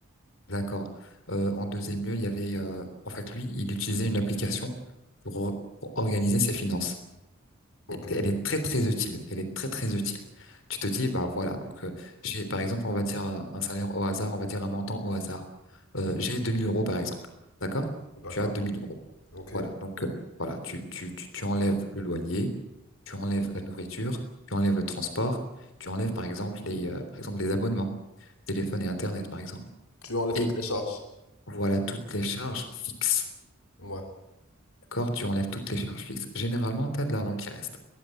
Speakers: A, on the left; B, on the left.
A: D'accord. Euh, en deuxième lieu, il y avait, euh, en fait, lui, il utilisait une application pour, pour organiser ses finances.
B: Ok,
A: Et- Elle est très très utile. Elle est très très utile. Tu te dis, bah voilà, donc euh, j'ai, par exemple, on va dire un un salaire au hasard, on va dire un montant au hasard. Euh, j'ai 2000 euros par exemple. D'accord?
B: d'accord,
A: Tu as 2000 euros.
B: ok.
A: Voilà, donc euh, voilà, tu, tu, tu, tu enlèves le loyer, tu enlèves la nourriture, tu enlèves le transport, tu enlèves par exemple les, euh, par exemple les abonnements, téléphone et Internet par exemple.
B: Tu enlèves
A: Et
B: toutes les charges.
A: voilà toutes les charges fixes.
B: Ouais,
A: D'accord? Tu enlèves toutes les charges fixes. Généralement, tu as de l'argent qui reste.